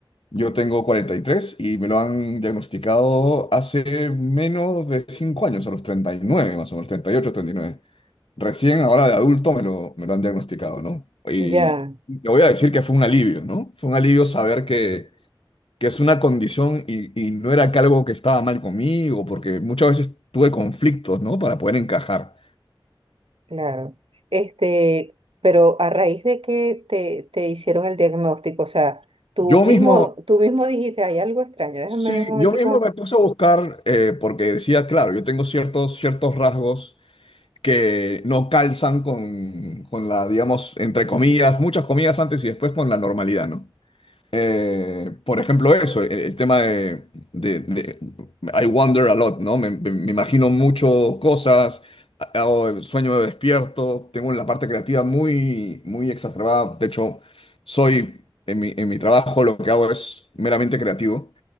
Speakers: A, on the left (about 85°); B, on the right (about 85°).
A: Yo tengo cuarenta y tres y me lo han diagnosticado hace menos de 5 años, a los 39 más o menos, treinta treinta y ocho, treinta y nueve. Recién ahora de adulto me lo, me lo han diagnosticado, ¿no? Y
B: Ya,
A: te voy a decir que fue un alivio, ¿no? Fue un alivio saber que, que es una condición y, y no era que algo que estaba mal conmigo, porque muchas veces tuve conflictos, ¿no? Para poder encajar.
B: claro. Este, pero a raíz de que te, te hicieron el diagnóstico, o sea, tú
A: Yo
B: mismo,
A: mismo,
B: tú mismo dijiste, hay algo extraño, déjame
A: sí,
B: un momentico
A: yo mismo me puse a buscar, eh, porque decía, claro, yo tengo ciertos, ciertos rasgos que no calzan con, con la, digamos, entre comillas, muchas comillas antes y después con la normalidad, ¿no? Eh, por ejemplo, eso, el, el tema de, de- de- I wonder a lot, ¿no? Me, me- me imagino mucho cosas, hago el sueño de despierto, tengo la parte creativa muy, muy exacerbada. De hecho, soy, en mi, en mi trabajo lo que hago es meramente creativo.